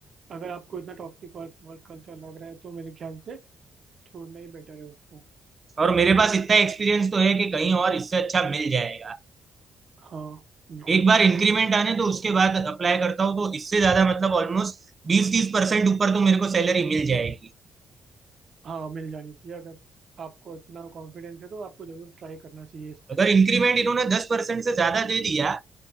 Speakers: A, on the right (about 50°); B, on the right (about 35°).
A: अगर आपको इतना टॉक्सिक वर्क वर्क कल्चर लग रहा है तो मेरे ख्याल से छोड़ना ही बेटर है उसको
B: और मेरे पास इतना एक्सपीरियंस तो है कि कहीं और इससे अच्छा मिल जाएगा
A: हाँ बिल्कुल
B: एक बार इंक्रीमेंट आने तो उसके बाद अप्लाई करता हूँ तो इससे ज्यादा मतलब ऑलमोस्ट बीस तीस परसेंट ऊपर तो मेरे को सैलरी मिल जाएगी
A: हाँ मिल जानी चाहिए अगर आपको इतना कॉन्फिडेंस है तो आपको जरूर ट्राई करना चाहिए इस पे
B: अगर इंक्रीमेंट इन्होंने दस परसेंट से ज्यादा दे दिया